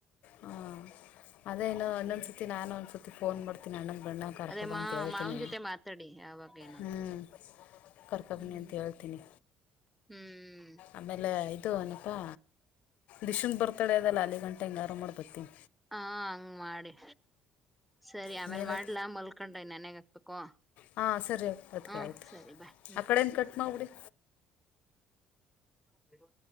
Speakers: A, on the left; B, in the centre.
A: ಹಾಂ ಅದೇ ಇನ್ನು
B: ಹ್ಮ್
A: ಇನ್ನೊಂದ್ಸರ್ತಿ ನಾನು ಒಂದ್ಸತಿ ಫೋನ್ ಮಾಡ್ತೀನಿ ಅಣ್ಣಗೆ ಬಣ್ಣ ಕರಪಬಾ
B: ಅದೇ ಮಾ
A: ಅಂತ ಹೇಳ್ತೀನಿ
B: ಮಾವನ್ ಜೊತೆ ಮಾತಾಡಿ ಯಾವಾಗ ಏನಂತ
A: ಹ್ಮ್ ಕರ್ಕಬನಿ
B: ಹ್ಮ್
A: ಅಂತ ಹೇಳ್ತೀನಿ
B: ಹ್ಮ್
A: ಆಮೇಲೆ ಇದು ಏನಪ್ಪಾ ದಿಶನ್ ಬರ್ತಾ ಡೇ ಅದಲ್ಲ ಆಾಲಲಿ ಗಂಟೆ ಹಂಗಾರಾಮ ಮಾಡಿ ಬರ್ತನಿ
B: ಹಾ ಹಂಗ್ ಮಾಡಿ ಸರಿ ಆಮೇಲ್
A: ಇನ್ನೇನು
B: ಮಾಡ್ಲಾ ಮಲ್ಕೊಂಡ್ರೆ ನನ್ಯಾಗ ಹಾಕ್ಬೇಕು
A: ಹಾ ಸರಿ ಅದಕ್ಕೆ
B: ಹ
A: ಆಯ್ತು
B: ಸರಿ ಬಾಯ್ ಹ್ಮ್
A: ಆ ಕಡೆನು ಕಟ್ ಮಾಡ್ಿಡಿ
B: ಹೇಳೋ